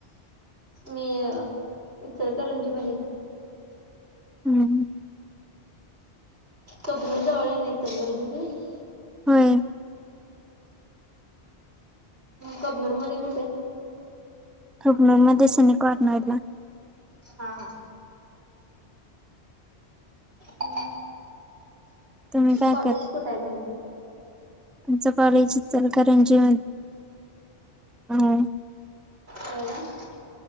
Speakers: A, on the right; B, in the centre.
A: मी इचच करुंजी मध्ये
B: हम्म.
A: कबरजवळ नाही तरल तर म्हे <unintelligible> <inaudible>
B: होय.
A: कबनूर मध्ये कुठे?
B: हुकनूर मध्ये सनी कॉर्नरला
A: हा हा हम्
B: तुम्ही काय
A: कॉलेज कुठं आहे तुमचं
B: आमचं कॉलेज चल का रणजी म अ
A: होय काय?